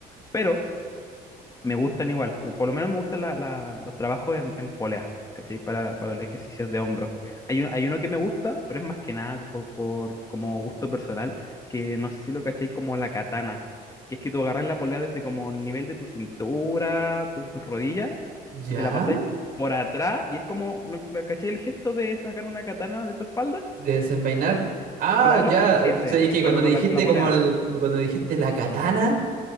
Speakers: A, on the left; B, on the right.
A: Pero me gustan igual. Por lo menos me gustan la- la- los trabajos en, en polea, ¿cachai? Para, para los ejercicios de hombro. Hay, un- hay uno que me gusta, pero es más que nada por, por como gusto personal, que no sé si lo cachai como la katana, que es que tú agarras la polea desde como el nivel de tu cintura, tu, tus rodillas,
B: ¿Ya?
A: y te la pasáis por atrás, y es como, ¿no- no cachai el gesto de sacar una katana de tu espalda?
B: De desenvainar. Ah,
A: Claro,
B: ya.
A: ese,
B: O sea, es que cuando
A: pero
B: me
A: con
B: dijiste
A: la, con la polea.
B: como el, cuando me dijiste la katana,